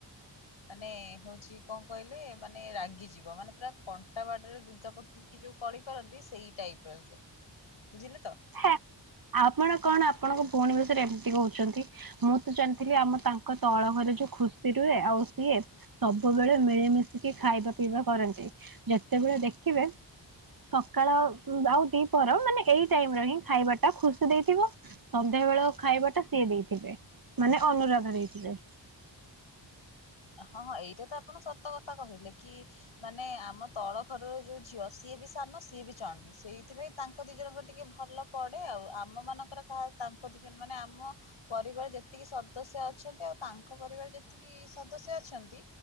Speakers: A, on the left; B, on the right.
A: ମାନେ ହଉଛି କଣ କହିଲେ ମାନେ ରାଗିଯିବ ମାନେ ପୁରା କଣ୍ଟା ବାଡରେ ଲୁଗା ପକି କେଇକି ଯୋଉ କଳି କରନ୍ତି ସେଇ ଟାଇପର ସେ ବୁଝିଲେ ତ?
B: ହେ ଆପଣ କଣ ଆପଣଙ୍କ ଭଉଣୀ ଭଷୟରେ ଏମିତି କହୁଛନ୍ତି। ମୁଁ ତ ଜାଣିଥିଲି ଆମ ତାଙ୍କ ତଳ ଘରେ ଯୋଉ ଖୁସି ରୁହେ ଆଉ ସିଏ ସବୁବେଳେ ମିଳିମିଶିକି ଖାଇବା ପିଇବା କରନ୍ତି ଯେତେବେଳେ ଦେଖିବେ ସକାଳ ଆଉ ଦିପହର ମାନେ ଏଇ ଟାଇମରେ ହିଁ ଖାଇବା ଟା ଖୁସି ଦେଇଥିବ ସନ୍ଧ୍ୟା ବେଳ ଖାଇବା ଟା ସିଏ ଦେଇଥିବ। ମାନେ ଅନୁରାଧା ଦେଇଥିବେ।
A: ହଁ ହଁ ଏଇଟା ତ ଆପଣ ସତ କଥା କହିଲେ କି ମାନେ ଆମ ତଳ ଘରର ଯୋଉ ଝିଅ ସିଏ ବି ସାନ ସିଏ ବି ଚଣ୍ଡି ସେଇଥିପାଇଁ ତାଙ୍କ ଦି ଜଣଙ୍କ ଟିକେ ଭଲ ପଡେ ଆଉ ଆମ ମାନଙ୍କର କାହା ତାଙ୍କ ଦି ଜଣ ମାନେ ଆମ ପରିବାର ଯେତିକି ସଦସ୍ୟ ଅଛନ୍ତି ଆଉ ତାଙ୍କ ପରିବାର ଯେତିକି ସଦସ୍ୟ ଅଛନ୍ତି